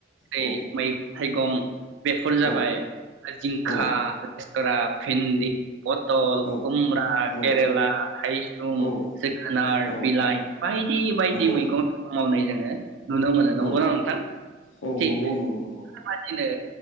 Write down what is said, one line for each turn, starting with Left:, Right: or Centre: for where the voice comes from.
Right: रै
Left: औ
Right: मै थाइगं बेफोर जाबाय
Left: औ
Right: जिंखा,
Left: औ
Right: रेस्तरा, भिन्दि, पथल,
Left: औ
Right: खुमब्रा
Left: औ
Right: केरेला थायसुम
Left: औ
Right: जोगोनार
Left: औ
Right: बिलाइ बायदि बायदि
Left: नंगौ
Right: मैगं मावनाय जोङो नुनो मोनो नंगौना
Left: औ
Right: नोंथां
Left: औ
Right: थिख
Left: नंगौ नंगौ नंगौ
Right: बेबादिनो